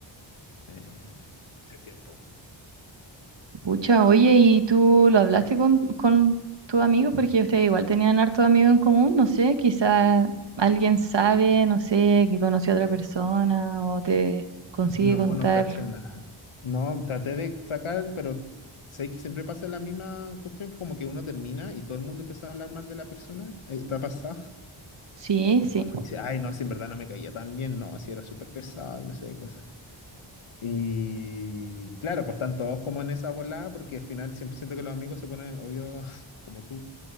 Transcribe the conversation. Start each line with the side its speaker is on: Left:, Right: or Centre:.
Left: eh, ese tiempo.
Right: Pucha, oye, ¿y tú lo hablaste con, con tu amigo? Porque ustedes igual tenían harto amigos en común, no sé, quizá alguien sabe, no sé, que conoció a otra persona o te consigue
Left: No,
Right: contar.
Left: no caché nada. No, traté de sacar, pero sé que siempre pasa la misma cuestión, que como que uno termina y todo el mundo empieza a hablar mal de la persona. Eh, ¿Te ha pasado?
Right: Sí, sí,
Left: Como dice, ay, no, si en verdad no me caía tan bien, no, si era súper pesado y no sé qué cosas. Y claro, pues están todos como en esa volada, porque al final siempre siento que los amigos se ponen, obvio, <laughs> como tú,